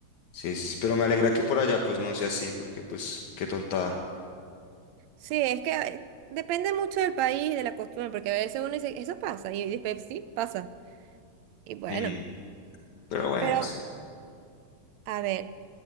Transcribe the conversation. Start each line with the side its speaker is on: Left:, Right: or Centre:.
Left: Sí, sí, sí, pero me alegra que por allá pues no sea así, porque pues qué tontada.
Right: Sí, es que eh, depende mucho del país, de la costumbre, porque a veces uno dice, eso pasa, y después sí, pasa. Y bueno,
Left: Mm, pero bueno,
Right: pero
Left: sí.
Right: a ver,